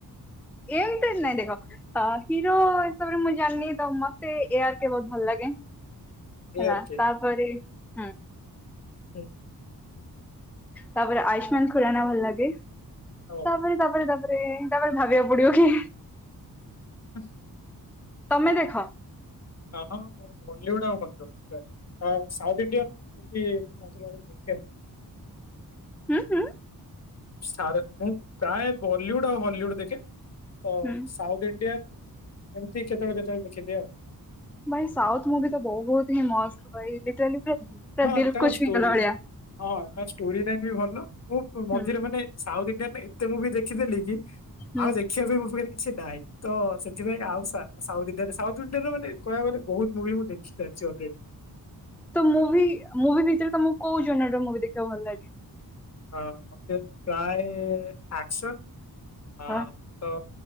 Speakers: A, in the centre; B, on the left (about 45°).
A: ଏମିତି ନାଇଁ ଦେଖ। ଅ ହିରୋ ହିସାବରେ ମୁଁ ଜାଣିନି ତ ମତେ ଏ ଆର୍ କେ ବହୁତୁ ଭଲ ଲାଗେ।
B: ଏ
A: ହେଲା
B: ଆର୍ କେ
A: ତାପରେ ହୁଁ।
B: <unintelligible>
A: ତାପରେ ଆୟୁଶ୍ମାନ ଖୁରାନା ଭଲ ଲାଗେ
B: ଓ
A: ତାପରେ ତାପରେ- ତାପରେ- ତାପରେ ଭାବିବାକୁ ପଡିବ କି
B: <unintelligible>
A: ତମେ ଦେଖ,
B: ହଁ ହଁ ବଲିଉଡ ଆଉ <unintelligible> ହଁ ସାଉଥ ଇଣ୍ଡିଆନ୍ ମୁଭି ଏମିତି ମଝିରେ ମଝିରେ ଦେଖେ ଆଉ।
A: ହୁଁ ହୁଁ।
B: <unintelligible> ମୁଁ ପ୍ରାୟ ବଲିଉଡ ଆଉ ହଲିଉଡ ଦେଖେ। ତ
A: ହୁଁ
B: ସାଉଥ ଇଣ୍ଡିଆନ୍ ଏମତି କେତେବେଳେ କେତେବେଳେ ଦେଖିଦିଏ ଆଉ।
A: ଭାଇ ସାଉଥ ମୁଭି ତ ବହୁତ ହିଁ ମସ୍ତ ଭାଇ ରିଟାଲି ଯେ
B: ହଁ
A: ଦିଲ୍
B: ତାଙ୍କ
A: କୁ ଛୁଇଁଗଲା
B: ଷ୍ଟୋରି
A: ଭଳିଆ।
B: ହଁ ତା ଷ୍ଟୋରି ଟା ବି ଭଲ। ମୁଁ ମଝିରେ
A: ହୁଁ
B: ମାନେ ସାଉଥ ଇଣ୍ଡିଆ ପାଇଁ ଏତେ ମୁଭି ଦେଖିଦେଲି କି
A: ହୁଁ
B: ଆଉ ଦେଖିବା ପାଇଁ ମୋ ପାଖରେ କିଛି ନାହିଁ ତ ସେଥିପାଇଁ ଆଉ ସା-ସାଉଥ ସାଉଥଇଣ୍ଡିଆରେ ମାନେ କହିବା କୁ ଗଲେ ବହୁତୁ ମୁଭି ମୁଁ ଦେଖିସାରିଛି ଅଲରେଡି।
A: ତ ମୁଭି ମୁଭି ଭିତରେ ତମ କୋଉ ଜନାଲ ର ମୁଭି ଦେଖିବାକୁ ଭଲ ଲାଗେ?
B: ହଁ ମୋତେ ପ୍ରାୟ ଆକ୍ସନ ଆ
A: ହା
B: ତ